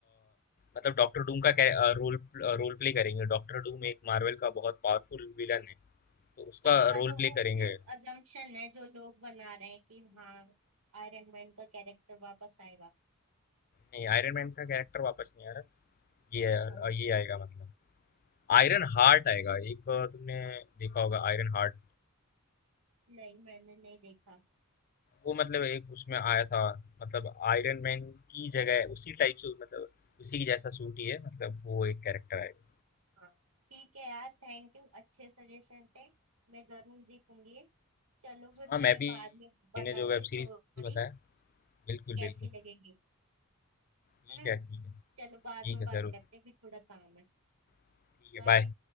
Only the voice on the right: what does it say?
अच्छा
तो
वो
सिर्फ अजम्पशन है जो लोग बना रहे हैं कि हाँ आयरन मैन का कैरेक्टर वापस आएगा
Okay
okay
च-
नहीं मैंने नहीं देखा
हाँ ठीक है यार थैंक यू अच्छे सजेशन थे मैं जरूर देखूंगी चलो फिर
मैं
बाद में बताऊंगी
स्टोरी
कैसी
लगेगी
है ना
चलो
बाद में
बात
करते हैं अभी थोड़ा काम है
बाय